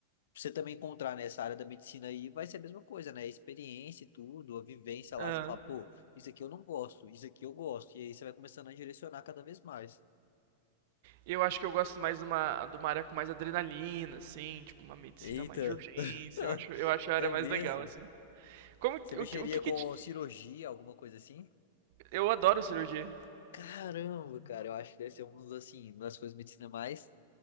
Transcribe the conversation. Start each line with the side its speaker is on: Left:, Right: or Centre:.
Left: você também encontrar nessa área da medicina aí vai ser a mesma coisa, né? Experiência e tudo, a vivência lá,
Right: Aham.
Left: você fala, pô, isso aqui eu não gosto, isso aqui eu gosto. E aí você vai começando a direcionar cada vez mais.
Right: Eu acho que eu gosto mais de uma, de uma área com mais adrenalina, assim, tipo uma medicina
Left: Eita,
Right: mais de urgência.
Left: <laughs>
Right: Eu acho, eu acho a
Left: é
Right: área mais
Left: mesmo?
Right: legal, assim. Como
Left: Você
Right: que,
Left: mexeria
Right: o que, o que que
Left: com
Right: te-
Left: cirurgia, alguma coisa assim?
Right: Eu adoro cirurgia.
Left: Caramba, cara, eu acho que deve ser um dos, assim, uma das coisas de medicina mais